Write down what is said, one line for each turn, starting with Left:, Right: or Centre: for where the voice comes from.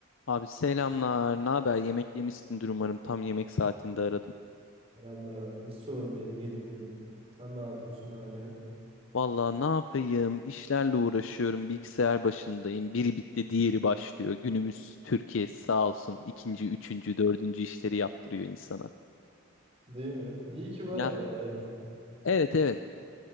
Left: Abi selamlar. Ne haber? Yemek yemişsindir umarım. Tam yemek saatinde aradım.
Right: Selamlar abi. Hiç sorun değil. Yedim yedim. Sen ne yapıyorsun? Ne var ne yok?
Left: Vallahi ne yapayım? İşlerle uğraşıyorum. Bilgisayar başındayım. Biri bitti, diğeri başlıyor. Günümüz Türkiye sağ olsun. ikinci, üçüncü, dördüncü işleri yaptırıyor insana.
Right: Değil mi? İyi ki var
Left: Ya
Right: ama ya en az.
Left: evet evet.